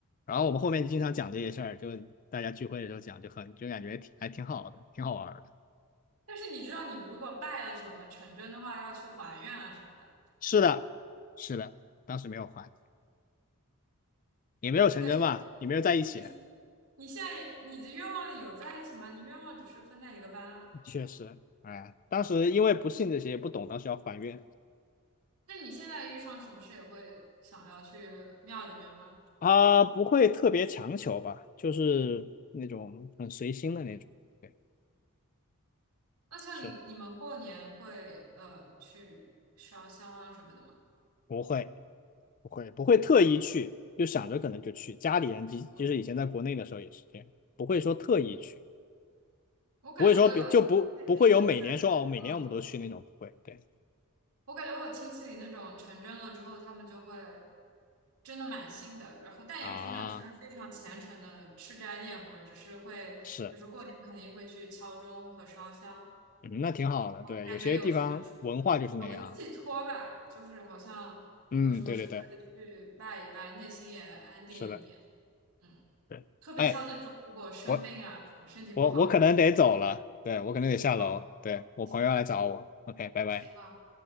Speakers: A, on the left; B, on the right.
A: 然后我们后面经常讲这些事儿，就大家聚会的时候讲，就很就感觉挺还挺好的，挺好玩儿的。
B: 嗯。但是你知道，你如果拜了什么成真的话，要去还愿啊什么的。
A: 是的，是的，当时没有还，也没有成真吧，
B: 但是
A: 也没有在一起，
B: 你你现在也你的愿望里有在一起吗？你愿望只是分在一个班啊。
A: 确实，哎，当时因为不信这些，也不懂，当时要还愿
B: 那你现在遇上什么事也会想要去庙里面吗？
A: 啊，不会特别强求吧，就是那种很随心的那种，对，
B: 那像你你们过年会呃去烧香啊什么的吗？
A: 是不会不会不会特意去，就想着可能就去，家里人即即使以前在国内的时候也是这样，
B: 嗯
A: 不会说特意去，
B: 我感觉我有自
A: 不会说别就不不会有每年说哦，
B: 己就是。
A: 每年我们都去那种，
B: 嗯。
A: 不会，对
B: 我感觉我亲戚里那种成真了之后，他们就会真的蛮信的，然后但也不能算非常虔诚的吃斋念佛，
A: 啊，
B: 只是会，
A: 是。
B: 就是过年肯定会去敲钟和烧香，
A: 嗯那挺好的，
B: 我感觉有什么
A: 对，有些地方文化就是那样，
B: 有个寄托吧，就是好像有什么事可以去拜一拜，
A: 嗯，对对对，
B: 内心也安定一点。
A: 是的。
B: 嗯，
A: 对，
B: 特别像那种如果生病啊，
A: 哎，我
B: 身体不好这种。
A: 我我可能得走了，对，我可能得下楼，
B: 哦，
A: 对，我朋友要来找我。
B: 行
A: OK，拜拜。
B: 行好。